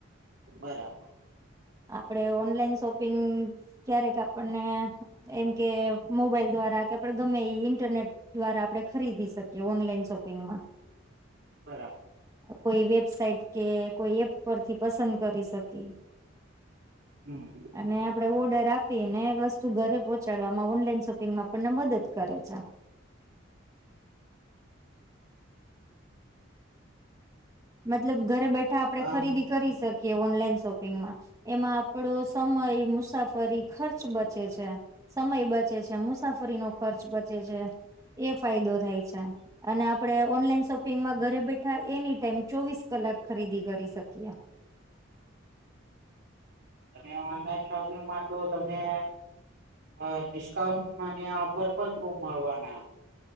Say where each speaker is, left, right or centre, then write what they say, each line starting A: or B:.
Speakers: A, on the right; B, on the right.
A: બરાબર
B: આપણેે ઓનલાઈન શોપિંગ ક્યારેક આપણને એમ કે મોબાઈલ દ્વારા કે આપડે ગમે ઈ ઇન્ટરનેટ દ્વારા આપણે ખરીદી શકીએ ઓનલાઈન શોપિંગમાં.
A: બરા
B: કોઈ વેબસાઇટ કે કોઈ એપ પરથી પસંદ કરી શકી.
A: હમ હમ
B: અને આપડે ઓર્ડર આપી ને વસ્તુ ઘરે પહોંચાડવામાં ઓનલાઈન શોપિંગમાં આપણને મદદ કરે છે. મતલબ ઘરે બેઠા આપણે
A: બરાબર
B: ખરીદી કરી શકીએ ઓનલાઈન શોપિંગમાં. એમાં આપડો સમય, મુસાફરી, ખર્ચ બચે છે. સમય બચે છે, મુસાફરીનો ખર્ચ બચે છે. એ ફાયદો થાય છે. અને આપડે ઓનલાઈન શોપિંગમાં ઘરે બેઠા એની ટાઈમ ચોવીસ કલાક ખરીદી કરી શકીએ એમ.
A: તમે ઓનલાઈન શોપિંગમાં તો તમને અ ડિસ્કાઉન્ટમાં ને ઓફર પણ ખૂબ મળવાના.